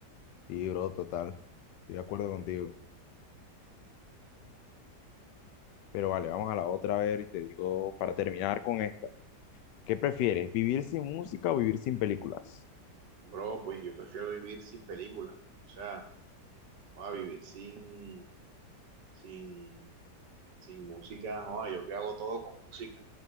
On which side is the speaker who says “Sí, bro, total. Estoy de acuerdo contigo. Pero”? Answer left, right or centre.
Left